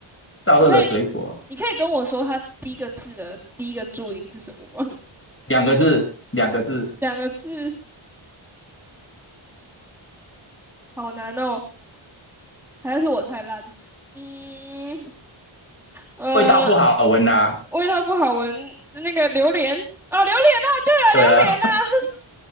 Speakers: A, on the left; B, in the centre.
A: 燥热的水果，
B: 你可以，你可以跟我说它第一个字的第一个注音是什么吗？
A: 两个字，两个字，
B: <laughs> 两个字，好难哦，还是我太烂？嗯，呃，
A: 味道不好闻呐、
B: 味道不好闻，那个榴莲啊，榴莲啊，对啊，
A: 对啊，
B: 榴莲啊，<laughs>